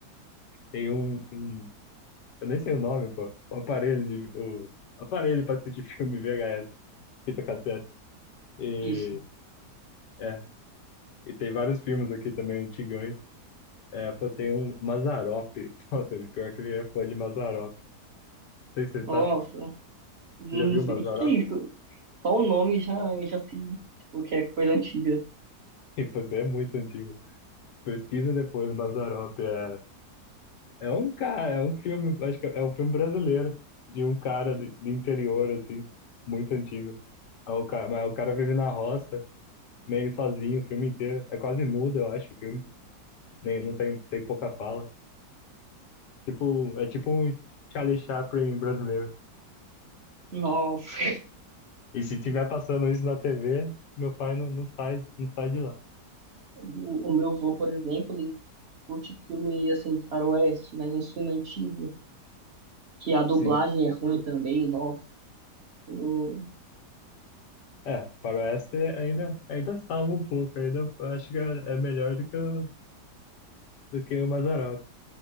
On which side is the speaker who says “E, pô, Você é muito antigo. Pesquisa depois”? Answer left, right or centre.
Left